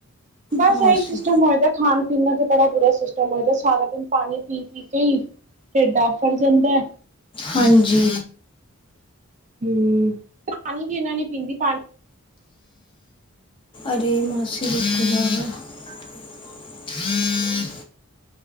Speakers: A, on the right (about 30°); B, on the left (about 20°).
A: ਬਸ
B: ਮੌਸੀ
A: ਇਹੀ ਸਿਸਟਮ ਹੋਏਗਾ ਖਾਣ ਪੀਨਾ ਤੇ ਬੜਾ ਬੁਰਾ ਸਿਸਟਮ ਹੋਏਦਾ ਸਾਰਾ ਦਿਨ ਪਾਣੀ ਪੀ ਪੀ ਕੇ ਹੀ ਢਿਡ ਅੰਫਰ ਜਾਂਦਾ।
B: ਹਾਂਜੀ।
A: ਹਮ ਪਾਣੀ ਵੀ ਇਹਨਾਂ ਨੇ ਪੀਂਦੀ ਪਾਣੀ
B: ਅਰੇ ਮੁਛਕਲ। <unintelligible>